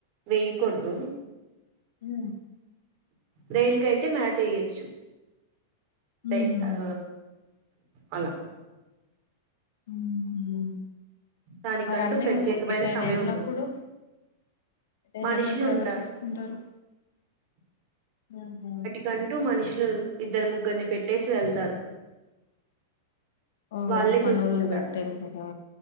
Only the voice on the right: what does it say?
వేయకూడదు
రొయ్యల కి అయితే మేత వెయ్యొచ్చు ఉంటాయి
ఆ అలా
దానికంటూ
ప్రత్యేకమైన
సమయం
ఉంటుంది
మనుషులు
ఉంటారు
కంటూ మనుషులు ఇద్దరు ముగ్గురిని పెట్టేసి వెళ్తారు
వాళ్ళే
చూసుకుంటారు